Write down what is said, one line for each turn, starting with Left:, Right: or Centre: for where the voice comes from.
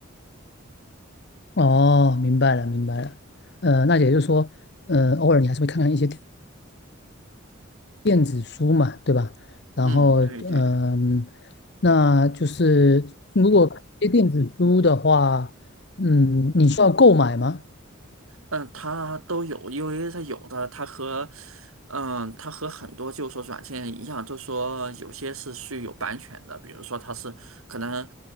Left: 哦，明白了，明白了。呃，那也就是说，呃，偶尔你还是会看看一些电电子书嘛，对吧？然后，
Right: 嗯，对对对。
Left: 嗯、那就是如果看一些电子书的话，嗯，你需要购买吗？
Right: 嗯，它都有，因为它有的，它和，嗯，它和很多就是说软件一样，就是说有些是是有版权的，比如说它是可能